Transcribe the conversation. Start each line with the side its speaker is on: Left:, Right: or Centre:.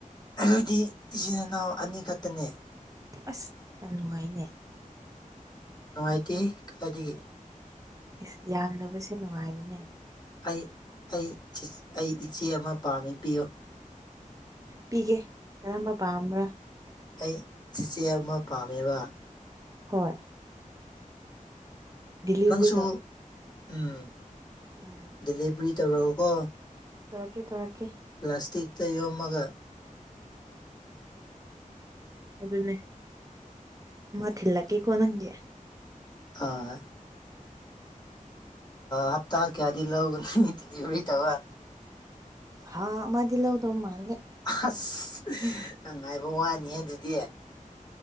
Left: ꯑꯩꯣꯏꯗꯤ ꯏꯆꯤꯟ ꯏꯅꯥꯎ ꯑꯅꯤꯈꯛꯇꯅꯦ
Right: ꯑꯁ ꯌꯥꯝ ꯅꯨꯡꯉꯥꯏꯅꯦ
Left: ꯅꯨꯡꯉꯥꯏꯇꯦ ꯀꯗꯥꯏꯗꯒꯤ
Right: ꯏꯁ ꯌꯥꯝꯕꯁꯦ ꯅꯨꯡꯉꯥꯏꯕꯅꯦ
Left: ꯑꯩ ꯑꯩ ꯑꯩ ꯏꯆꯦ ꯑꯃ ꯄꯥꯝꯃꯦ ꯄꯤꯌꯨ
Right: ꯄꯤꯒꯦ ꯀꯔꯝꯕ ꯄꯥꯝꯕ
Left: ꯑꯩ ꯆꯦꯆꯦ ꯑꯃ ꯄꯥꯝꯃꯦꯕ
Right: ꯍꯣꯏ ꯗꯤꯂꯤꯚꯔꯤ
Left: ꯅꯪꯁꯨ ꯎꯝ
Right: ꯎ
Left: ꯗꯦꯂꯤꯕꯔꯤ ꯇꯧꯔꯛꯎꯀꯣ
Right: ꯇꯧꯔꯛꯀ ꯇꯧꯔꯛꯀ
Left: ꯄ꯭ꯂꯥꯁꯇꯤꯛꯇ ꯌꯣꯝꯃꯒ
Right: ꯑꯗꯨꯅꯦ ꯃꯊꯂ ꯀꯦ ꯀꯣ ꯅꯪꯦ
Left: ꯑꯣꯏ ꯍꯥꯞꯇꯥ ꯀꯌꯥꯗ ꯂꯧꯒ ꯗꯂꯤꯕꯔꯤ ꯇꯧ
Right: ꯍꯥ ꯃꯗꯤꯂꯗ ꯃꯥꯜꯂꯦ
Left: ꯑꯁ
Right: ꯎꯝ
Left: ꯅ ꯉꯥꯏꯕ ꯋꯥꯅꯤ ꯑꯗꯨꯗꯤ